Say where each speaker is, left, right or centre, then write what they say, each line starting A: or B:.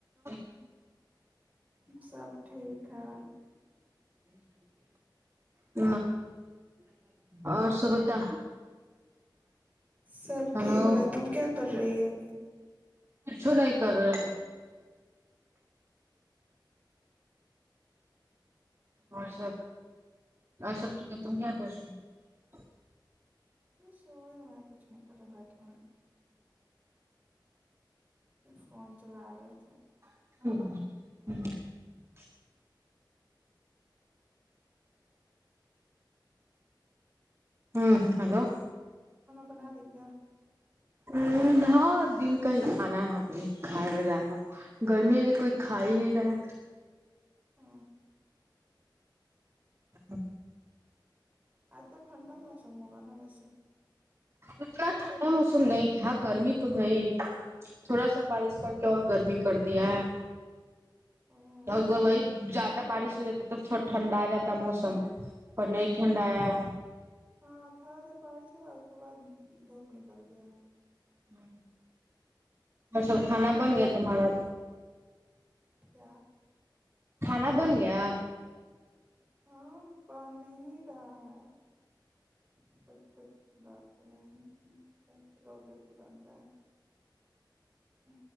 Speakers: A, on the right; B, on the right.
A: ہ <inaudible>
B: سب ٹھیک ہے
A: م اور س بتا
B: سب
A: ہلو
B: ٹھیک ہے تم کیا کر رہی ہے ابھی
A: اچھو نہیں کرنا اور سب ا سب ٹھیک ہے تم کیا کر رہی ہو
B: سو ہو کچھ نہیں کرا بیھا ہوں فون چلا رہے ہو تھے
A: ہ ہوں ہلو
B: اپناال کیاا
A: ا بار دن کا ہی کھانا ہے ہم نے کھائے گ جیا گا گرمی کہ کوئی کھا ہی نہیں رہا
B: ہ
A: ہ
B: آج تو ٹھنڈا موسم بگانا گیسے
A: اتنا ٹھنڈا موسم نہیں تھا گرمی تو ہے ہی تھوڑا سا بارش کر کے اور گرمی کر دیا ہے
B: اوہ
A: گ بھائی زیادہ بارش ہو جاتی تو تھوڑا ٹھنڈا آ جاتا موسم اور نہیں ٹھنڈا آیا
B: ہاں تھ ادھر بارش ہوا اس کے بعد دھوپ نکل گیا
A: ہ اور سب کھانا بن گیا تمہارا
B: چ
A: کھانا بن گیا
B: ہاں بن ہی رہا ہے کچھ کچھ بق یہ روڈ ڈوٹی بنتا ہے